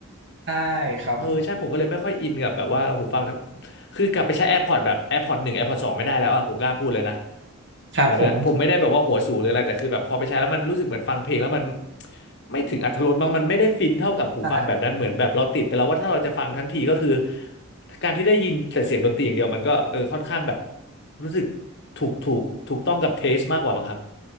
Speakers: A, on the right (about 50°); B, on the left (about 50°).
A: ใช่ครับ
B: เออใช่ผมก็เลยไม่ค่อยอินกับแบบว่าหูฟังทั้งคือกลับไปใช้ AirPods แบบ AirPods หนึ่ง AirPods สองไม่ได้แล้วอ่ะผมกล้าพูดเลยนะ
A: ครับผม
B: ตอนเนี้ยผมไม่ได้แบบว่าหัวสูงหรืออะไรแต่คือแบบพอไปใช้แล้วมันรู้สึกเหมือนฟังเพลงแล้วมันไม่ถึงอรรถรสบ้างมันไม่ได้ฟินเท่ากับหูฟังแบบนั้นเหมือนแบบเราติดไปแล้วว่าถ้าเราจะฟังทั้งทีก็คือ
A: ใช่
B: การที่ได้ยินแต่เสียงดนตรีอย่างเดียวมันก็เออค่อนข้างแบบรู้สึกถูกถูกถูกต้องกับเทสมากกว่ามั้งครับ